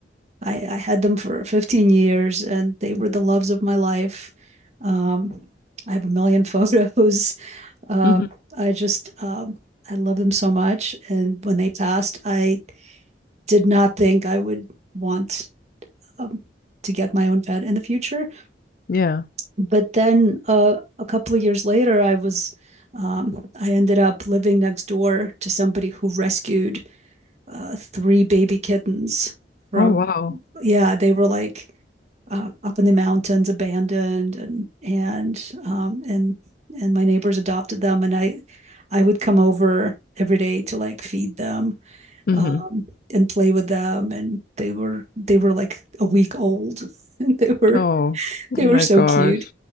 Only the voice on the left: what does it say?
Mhm.
Yeah.
Oh, wow.
Mhm.
Oh,
oh my
gosh.